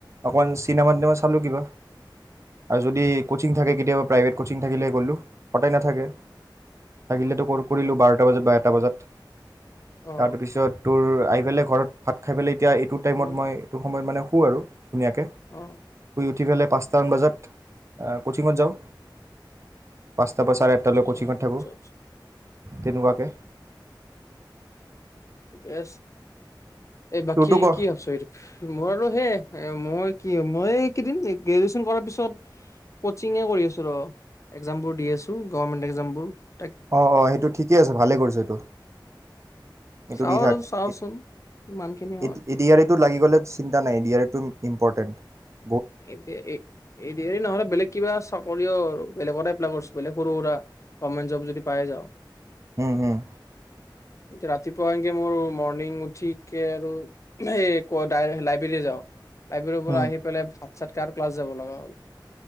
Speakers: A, on the right; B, on the left.
A: অকণ চি চিনেমাহ-টিনেমাহ চালোঁ কিবা আৰু যদি ক'চিং থাকে, কেতিয়াবা প্ৰাইভেট ক'চিং থাকিলে গ'লোঁ, সদায় নাথাকে। থাকিলেতো কৰ কৰিলোঁ বাৰটা বজাত বাৰটা বজাত ।
B: অ
A: তাৰপিছত তোৰ, আই এইফালে ঘৰত ভাত খাই ফেলে এতিয়া এইটো টাইমত
B: উম
A: মই, এইটো সময়ত মানে, শু আৰু। ধুনীয়াকে
B: অ
A: শুই উঠিফালে পাঁচটামান বজাত, অহ' ক'চিঙত যাওঁ। পাঁচ তাৰ পৰা চাৰে আঠটালৈ
B: আচ্ছা
A: ক'চিঙত থাকো।
B: আচ্ছা
A: তেনেকুৱাকে,
B: ঠিকেই আছে। এই বাকী
A: তোৰতো ক
B: কি ভাবছ আৰু মোৰ আৰু সেয়াই মই কি মই এইকেদিন গ্ৰেজুৱেচন কৰাৰ পিছত ক'চিং এ কৰি আছো ৰ, একজামবোৰ দি আছো গভৰ্ণমেণ্ট একজামবোৰ ।
A: অ-অ, সেইটো ঠিকেই আছে ভালেই কৰিছটো। এইটো
B: চাওঁ
A: দি থাক
B: আৰু চাওচোন
A: এ
B: ইমানখিনি হয়
A: এডি আৰিটো লাগি গ'লে চিন্তা নাই, এডি আৰিত। ইম ইম্পৰ্টেণ্ট ।
B: এতিয়া এ এডি আৰি নহলে বেলেগ কিবা চৰ কৰি আৰু বেলেগতে এপলাই কৰছো বেলেগ সৰু-সুৰা গভমেণ্ট জব যদি পাই যাওঁ।
A: উম-উম,
B: ৰাতিপুৱা এনকে মোৰ মৰ্ণিং উঠিকে আৰু কো লাইব্ৰেৰী যাওঁ । লাইব্ৰেৰী পৰা
A: উম
B: আহি পেলাই ভাত-সাত কাৰ ক্লাছ যাব লগা হ'ল?